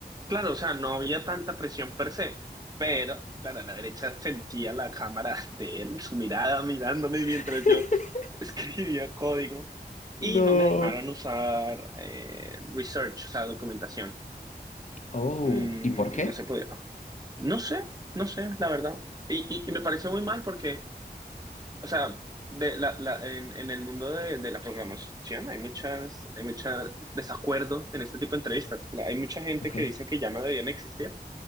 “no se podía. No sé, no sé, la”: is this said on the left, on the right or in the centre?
Right